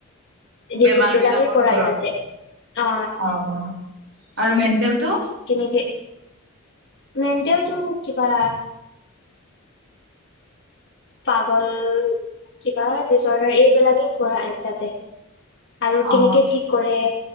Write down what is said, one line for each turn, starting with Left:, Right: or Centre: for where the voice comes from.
Left: ডিজিজ
Right: বেমাৰ
Left: বিলাকে
Right: বিলাকৰ
Left: পৰাই
Right: ওপৰত
Left: তাতে অ
Right: অহ আৰু মেন্টেলটো
Left: তেনেকে <inaudible> মেণ্টেলটো কিবা পাগল কিবা ডিচঅৰ্ডাৰ এইবিলাকেই পঢ়ায় তাতে। আৰু
Right: অ
Left: কেনেকে ঠিক কৰে